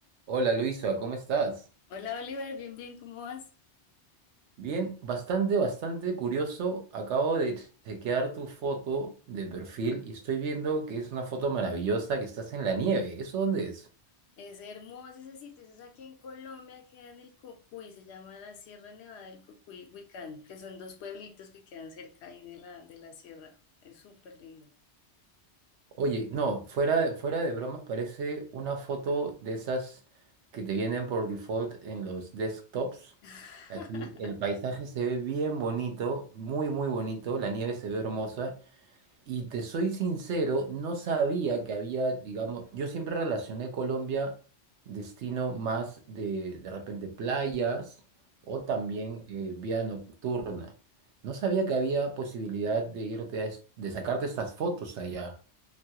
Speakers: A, on the right; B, on the left.
A: Hola Luisa, ¿cómo estás?
B: Hola Oliver, bien, bien, ¿cómo vas?
A: Bien, bastante, bastante curioso. Acabo de chequear tu foto de perfil y estoy viendo que es una foto maravillosa que estás en la nieve. ¿Eso dónde es?
B: Es hermoso ese sitio, eso es aquí en Colombia, queda en el Cocuy, se llama la Sierra Nevada del Cocuy y Huicán, que son dos pueblitos que quedan cerca ahí de la, de la sierra, es súper lindo.
A: Oye, no, fuera, fuera de bromas parece una foto de esas que te vienen por default en los desktops.
B: <laughs>
A: Aquí el paisaje se ve bien bonito, muy, muy bonito. La nieve se ve hermosa. Y te soy sincero, no sabía que había, digamos, yo siempre relacioné Colombia, destino más de, de repente, playas o también eh, vida nocturna. No sabía que había posibilidad de irte a es- de sacarte estas fotos allá.